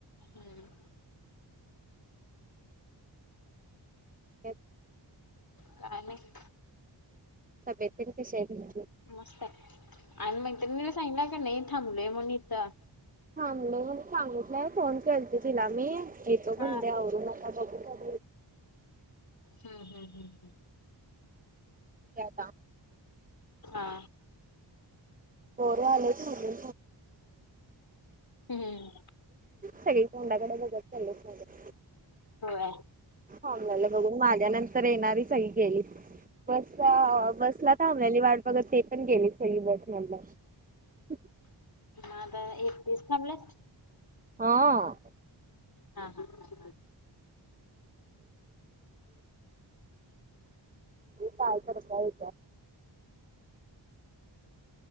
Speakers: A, on the left; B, on the right.
A: हम्म...
B: एक...
A: का नाही...
B: तब्येत तेन कशी आहे त्यांची....
A: मस्त आहे आणि मग त्यांनी मला सांगलं का नाही थांबलय म्हण इथं.
B: थांबलो म्हणून सांगितलंय फोन केलता तिला मी येतो
A: हा
B: पण आवरून आता बघूया....
A: हम्म हम हम.....
B: केलता....
A: हा....
B: थोडे आलेत सगळे...
A: हम्म
B: सगळी तोंडाकडे बघत चालल्यात....
A: हो...
B: थांबलेली बघून माझ्या नंतर येणारी सगळी गेलीच... बसला बसला तर थांबलेली वाट बघत ते पण गेले सगळी बसमधून..... हो..
A: म आता एकटीच थांबलेस....
B: हा...
A: हा हा....
B: पाय पडताय...